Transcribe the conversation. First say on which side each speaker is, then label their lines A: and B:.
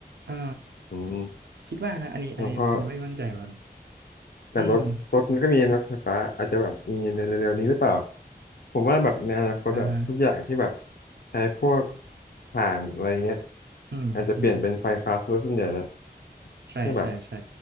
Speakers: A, on the right (about 80°); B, on the left (about 65°).
A: อ่า
B: อืม
A: คิดว่านะอันนี้อันนี้อันนี้ไม่มั่นใจเหมือนกัน
B: แล้วพอแต่รถรถมันก็มีนะไฟฟ้าอาจจะแบบมีในเร็วๆนี้หรือเปล่า
A: อืม
B: ผมว่าแบบในอนาคตอะทุกอย่างที่แบบ
A: อ่าฮะ
B: ใช้พวกถ่านอะไรเงี้ย
A: อืมอืม
B: อาจจะเปลี่ยนเป็นไฟฟ้าซะส่วนใหญ่แล้ว
A: ใช่ใช่ใช่
B: ก็แบบ